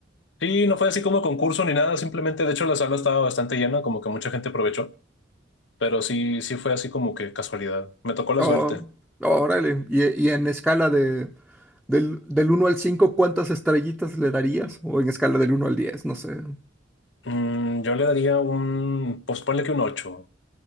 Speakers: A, on the left (about 70°); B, in the centre.
A: sí, no fue así como concurso ni nada, simplemente, de hecho, la sala estaba bastante llena, como que mucha gente aprovechó, pero sí, sí fue así como que casualidad. Me tocó la
B: Oh,
A: suerte.
B: órale. Y, y en escala de, del, del 1 al cinco ¿cuántas estrellitas le darías? O en escala del uno al diez no sé.
A: Mm, yo le daría un, pues ponle que un ocho